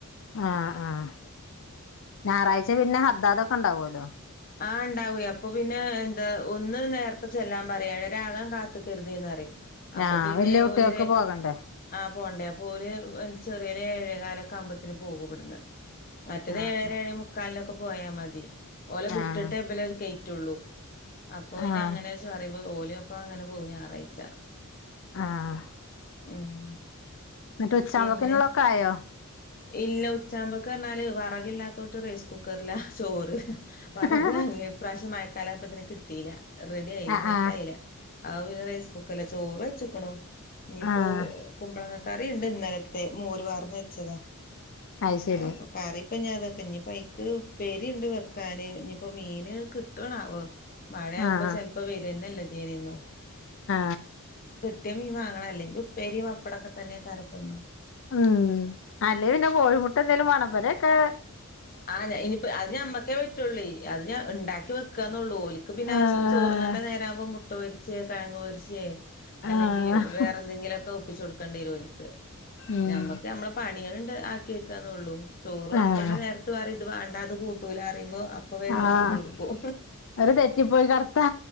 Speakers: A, on the left; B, on the left.
A: ആഹ് ആഹ് ഞായറാഴ്ച പിന്നെ ഹദ്ദാദൊക്കെ ഇണ്ടാവൊല്ലോ.
B: ആഹ് ഇണ്ടാവേ അപ്പൊ പിന്നെ എന്താ ഒന്ന് നേർത്തെ ചെല്ലാൻ പറിയേ ഏഴര ആകാൻ കാത്ത് നിക്കർതെ പറിം അപ്പൊ
A: ആഹ്
B: പിന്നെ
A: വല്യ കുട്ടികൾക്ക്
B: ഓല് വേ
A: പോകണ്ടേ
B: ആഹ് പോണ്ടേ അപ്പോ ഓല് എന്ത് ചെറിയ ഒരു ഏഴേ കാലൊക്കെ ആകുമ്പോത്തിന് പോകും ഇവട്ന്ന് മറ്റത്
A: ആഹ്
B: ഏഴര ഏഴേ മുക്കാലിനൊക്കെ പോയാൽ മതി ഓലെ വിട്ടിട്ടേ
A: ആഹ് ആഹ്
B: ഇബലെ അയ്ല് കൈയ്റ്റുള്ളൂ അപ്പൊ അയ്ൻ
A: ആഹ്
B: അങ്ങനെ <unintelligible> ഓല് അപ്പോ അങ്ങനെ പോവും ഞാറയ്ച്ച
A: ആഹ്
B: ഉം
A: എന്നിട്ട് ഉച്ചാവുമ്പക്ക്ന്നുള്ളക്കെ
B: പിന്നെ
A: ആയോ
B: ഇല്ല ഉച്ചാമ്പോക്ക്‌ പർഞ്ഞാല് വിറകില്ലാത്തോട്ട് റൈസ് കുക്കർല ചോറ് വെറക്
A: ആഹ്
B: വാങ്ങി ഇപ്രാവശ്യം മഴക്കാലായപ്പത്തിന് കിട്ടീല റെഡി ആയില്ല
A: ആഹ്
B: സെറ്റ് ആയില്ല അപ്പ പിന്നെ റൈസ് കുക്കർല് ചോറ് വെച്ച്ക്ക്ണു. ഇനിയിപ്പോ
A: ആഹ്
B: കുമ്പളങ്ങക്കറിയുണ്ട് ഇന്നലത്തെ മോര് പാർന്ന് വെച്ചതാ
A: അയ്ശരി
B: അപ്പൊ കറി ഇപ്പ ഞാൻ തൊക്കെ ഇനിയിപ്പോ ഇക്ക് ഉപ്പേരിയുണ്ട് വെക്കാന് ഇനിപ്പോ മീന് കിട്ടോനാവോ മഴയാകുമ്പോ
A: ആഹ്
B: ചിലപ്പോ വരന്നല്ല ദിനെന്നു
A: ആ
B: കിട്ടിയ മീൻ വാങ്ങണല്ലേ ഉപ്പേരിയും പപ്പടൊക്കെ തന്നെയ കരപ്പെന്നും
A: ഉം അല്ലേ പിന്നെ കോഴിമുട്ട എന്തേലും വേണംഇബറോക്കേ
B: ആഹ് ഞാൻ ഇനിപ്പ അത് ഞമ്മക്കേ പറ്റുള്ളോയ് അത് ഞാ ഉണ്ടാക്കി വെക്കാന്നുള്ളൂ ഓലിക്ക് പിന്നെ
A: ആഹ്
B: ആസ് ചോർണണ്ട നേരവുമ്പോ മുട്ട പൊരിച്ച് കാങ്ങ് പൊരിച്ചേ അല്ലെങ്കിൽ
A: ആഹ്
B: വേറെ എന്തെങ്കിലൊക്കെ ഒപ്പിച്ചു കൊടുക്കേണ്ട ഓല്ക്ക്
A: ഉം
B: ഞമ്മക്ക് നമ്മള പണികളണ്ട് ആക്കി വെക്കാന്നുള്ളൂ ചോറ് വിളമ്പണ
A: ആഹ്
B: നേരത്ത്‌ പറ യും ഇത് വേണ്ട ഇത് കൂട്ടൂല പറിയുമ്പോഅപ പോയി അങ്ങട്
A: ആഹ്
B: ചെയ്ത് കൊടുക്കും
A: അവര് തെറ്റിപ്പോയി കടത്താ